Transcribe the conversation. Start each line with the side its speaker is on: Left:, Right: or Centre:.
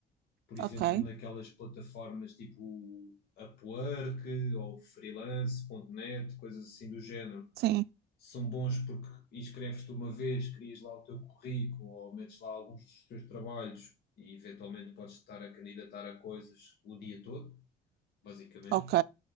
Left: Por exemplo,
Right: Ok,
Left: naquelas plataformas tipo Upwork ou freelance ponto net coisas assim do género.
Right: sim,
Left: São bons porque inscreves-te uma vez, crias lá o teu currículo ou metes lá alguns dos teus trabalhos e eventualmente podes estar a candidatar a coisas o dia todo, basicamente.
Right: ok,